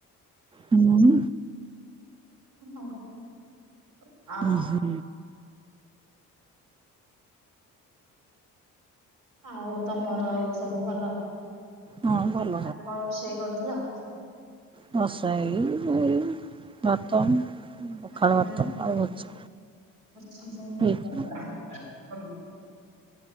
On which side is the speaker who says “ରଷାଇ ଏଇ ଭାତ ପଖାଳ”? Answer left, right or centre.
Right